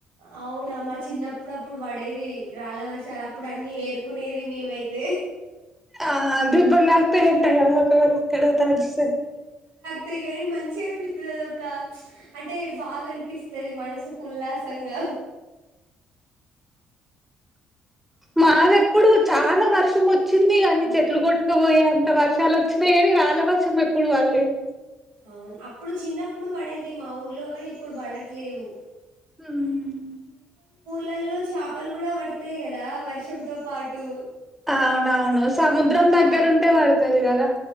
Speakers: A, on the right; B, in the centre.
A: అవున మా చిన్నప్పుడు అప్పుడు పడేది రాళ్ళ వర్షాలు అప్పుడు అన్ని ఏరుకునేది మేమైతే
B: ఆ దెబ్బలు తక్తాయి అంట కదా క్కడ తడుస
A: తాయి కాని మంచిగనిపిస్తుంది ఒక అంటే బాగా అనిపిస్తుంది మనసుకు ఉల్లాసంగా
B: మాదప్పుడు చాన వర్షం వచ్చింది అన్ని చెట్లు కొట్టుకపోయే అంత వర్షాలు వచ్చినాయి కాని రాళ్ళ వర్షం ఎప్పుడు పల్లేదు
A: అవును అప్పుడు చిన్నప్పుడు పడేది మా ఊర్లో కానీ ఇప్పుడు పడట్లేవు
B: ఉమ్
A: లల్లో చేపలు కూడా పడతాయి కదా వర్షంతో పాటు
B: అవునవును సముద్రం దగ్గర
A: ఆ!
B: ఉంటే పడుతది కదా